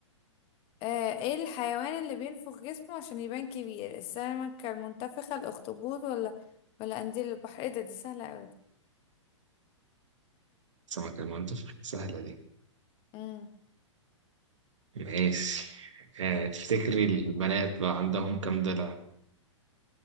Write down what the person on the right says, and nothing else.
سمك المنطق سهلة دي
ماشي آه، تفتكري البنات بقى عندهم كام دلع؟